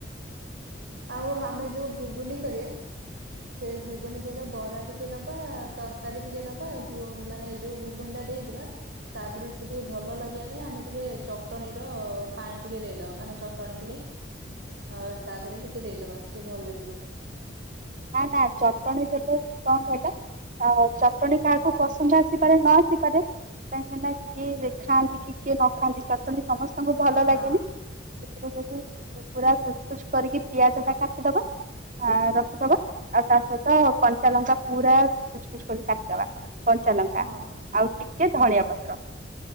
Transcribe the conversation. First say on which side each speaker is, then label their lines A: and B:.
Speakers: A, on the right; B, on the right.
A: ଆଉ
B: ବସନ୍ତି।
A: ଆମେ ଯୋଉ ଗୁଗୁନୀ କରିଆ ସେ ଗୁଗୁନି ଦିର ଟିକେ ଦବା ତରକାରୀ ଟିକେ ଦବା ଗୁ ମାନେ ଯୋଉ ଗୁଗୁନୀ ଦେଇଥିବା। ତା ଦେହରେ ସେ ଟିକେ ଭଲ ଲାଗିବା ପାଇଁ ଆମେ ଟିକେ ଚଟଣି ର ପାଣି ଟିକେ ଦେଇଦେବ ମାନେ ଚଟଣି ଟିକେ ଅ ତା ଦେହରେ ଟିକେ ଦେଇଦବା ସିଏ ଭଲ ଲାଗିବ।
B: ନା ନା ଚଟଣୀ ଦେଲେ କଣ କହିଲ? ଆ ଚଟଣି କାହାକୁ ପସନ୍ଦ ଆସିପାରେ ନ ଆସିପାରେ କାହିଁକିନା କିଏ ଖାଆନ୍ତି କି କିଏ ନ ଖାଆନ୍ତି ଚଟଣୀ ସମସ୍ତଙ୍କୁ ଭଲ
A: ହଁ
B: ଲାଗେନି। ଯୋଉତାକୁ ପୁରା ଖୁଚ୍ ଖୁଚ କରିକି ପିଆଜ ଟା କାଟିଦବା ଆ ରଖିଦବା। ଆଉ ତା ସହିତ କଞ୍ଚା ଲଙ୍କା ପୁରା ଖୁଚ ଖୁଚ କରି କାଟିଦବା। କଞ୍ଚା ଲଙ୍କା
A: ହଁ
B: ଆଉ ଟିକେ ଧଣିଆ ପତ୍ର